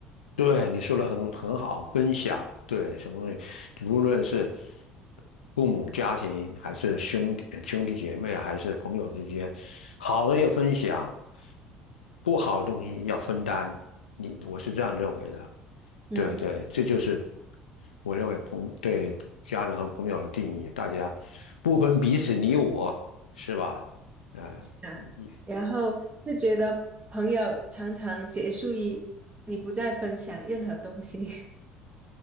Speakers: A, on the left (about 80°); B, on the right (about 25°).
A: 对，你说的很很好，分享，对，什么东西，无论是父母、家庭，还是兄弟兄弟姐妹啊，还是朋友之间，好的要分享，不好的东西要分担。你，我是这样认为的。
B: 嗯
A: 对对，这就是我认为朋对家人和朋友的定义，大家不分彼此你我，是吧？呃，
B: 啊，
A: 你
B: 然后就觉得朋友常常结束于你不再分享任何东西。